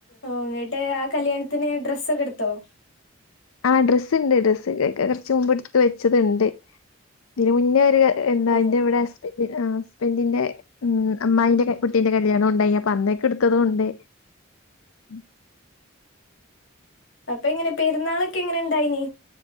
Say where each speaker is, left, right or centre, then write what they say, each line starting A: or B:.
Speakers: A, on the left; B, on the left.
A: ഓ <unintelligible> ആ കല്യാണത്തിന് ഡ്രസ്സൊക്കെ എടുത്ത് ഓ
B: ആ ഡ്രസ്സ് ഉണ്ട് ഡ്രസ്സ് കുറച്ച് മുമ്പ് എടുത്ത് വെച്ചതുണ്ട് ഇതിന് മുന്നേ ഒരു എന്താ
A: ഓ
B: ന്റെ ഇവിടെ ഹസ് പി ആഹ് പെണ്ണിന്റെ ഉ അമ്മായിന്റെ കുട്ടീന്റെ കല്യാണം ഉണ്ടായി പന്നൊക്കെ എടുത്തത കൊണ്ട് ഉം
A: അപ്പൊ എങ്ങനെ പെരുന്നാളൊക്കെ എങ്ങനെ ഇണ്ടായിനി